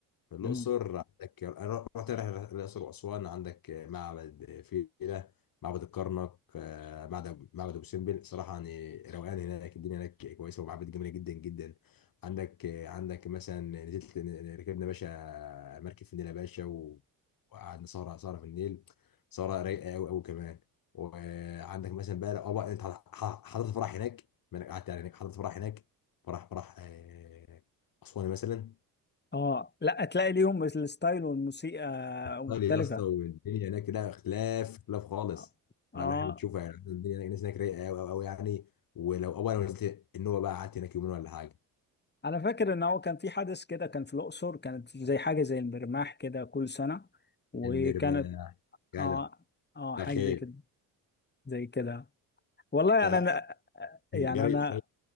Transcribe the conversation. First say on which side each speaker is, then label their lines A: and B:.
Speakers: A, on the left; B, on the left.
A: في الاقصر
B: مم.
A: عندك انا رحت رحله الاقصر واسوان عندك معبد فيلة معبد الكرنك آه، معبد معبد ابو سمبل صراحه يعني روقان هناك الدنيا هناك كويسه ومعابد جميله جدا جدا عندك آه، عندك مثلا نزلت ركبنا باشا مركب في النيل يا باشا و- وقعدنا سهره سهره في النيل سهره رايقه قوي قوي كمان وعندك مثلا بقى اه بقى انت حضرت فرح هناك ما انا قعدت يعني هناك حضرت فرح هناك فراح فراح آه، اسوان مثلا
B: اه لا تلاقي ليهم الستايل والموسيقى مختلفة
A: قال يا اسطى والدنيا هناك لا اختلاف اختلاف خالص
B: اه آه.
A: فاللي احنا بنشوفه يعني الدنيا هناك الناس هناك رايقه قوي قوي قوي يعني ولو اول ما نزلت النوبه بقى قعدت هناك يومين ولا حاجه
B: انا فاكر ان هو كان في حدث كده كان في الاقصر كانت زي حاجة زي المرماح كده كل سنة وكانت
A: المرمى جدع
B: اه اه حاجة
A: ده خير
B: زي كده زي كده والله
A: ده
B: انا أنا- يعني
A: جري
B: انا